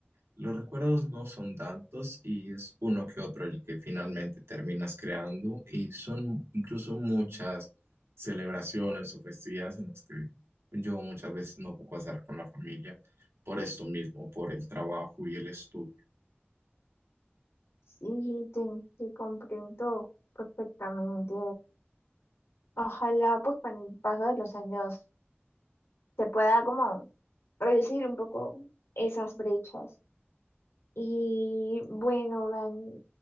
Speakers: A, on the right; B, on the left.
A: los recuerdos no son tantos y es uno que otro el que finalmente terminas creando y son incluso muchas celebraciones o festividades en las que yo muchas veces no puedo pasar con la familia por esto mismo, por el trabajo y el estudio.
B: Sí, te, te comprendo perfectamente Ojalá pues con el paso de los años se pueda como reducir un poco esas brechas. Y bueno, Dan,